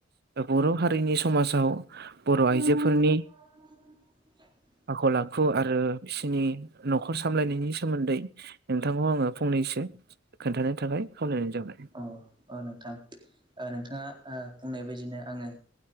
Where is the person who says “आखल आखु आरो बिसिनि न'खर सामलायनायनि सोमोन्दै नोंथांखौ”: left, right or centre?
Right